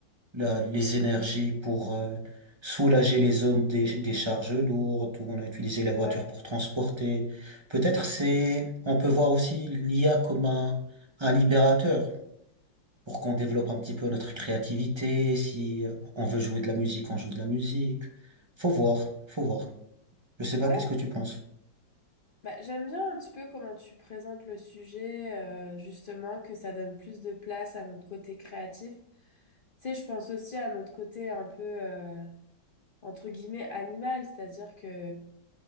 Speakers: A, on the right; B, on the left.
A: la- les énergies pour euh, soulager les hommes des, des charges lourdes, où on a utilisé la voiture
B: ouais,
A: pour transporter. Peut-être c'est, on peut voir aussi l'IA comme un, un libérateur pour qu'on développe un petit peu notre créativité. Si on veut jouer de la musique, on joue de la musique. Faut voir, faut voir. Je sais pas,
B: ouais.
A: qu'est-ce que tu penses?
B: Bah, j'aime bien un petit peu comment tu présentes le sujet, euh, justement, que ça donne plus de place à notre côté créatif. Tu sais, je pense aussi à notre côté un peu, euh, entre guillemets, animal, c'est-à-dire que